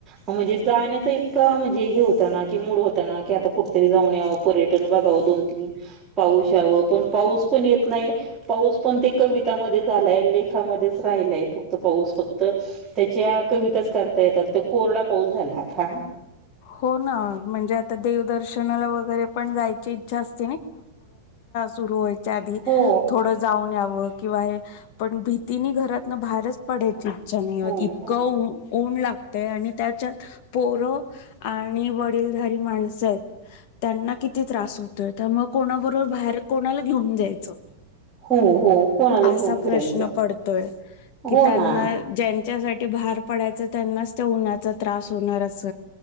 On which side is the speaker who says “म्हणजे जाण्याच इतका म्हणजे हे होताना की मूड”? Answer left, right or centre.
Right